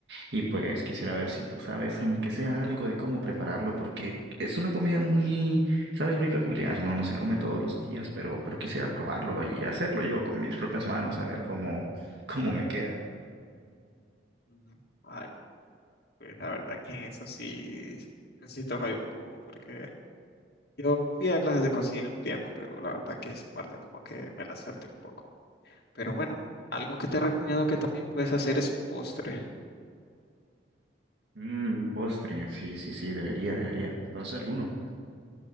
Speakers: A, on the right (about 65°); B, on the left (about 55°).
A: y pues quisiera ver si tú sabes, aunque sea algo de cómo prepararlo, porque es una comida muy, sabes, muy peculiar, ¿no? No se come todos los días, pero, pero quisiera probarlo y hacerlo yo con mis propias manos, a ver cómo, <laughs> cómo me queda.
B: Ujú. Ay, bro, pues la verdad que en eso sí necesito fallar un poco porque yo fui a clases de cocina un tiempo, pero la verdad que esa parte como que me la salté un poco. Pero bueno, algo que te recomiendo que también puedes hacer es un postre.
A: Mm, un postre, sí, sí, sí, debería, debería. ¿Conoces alguno?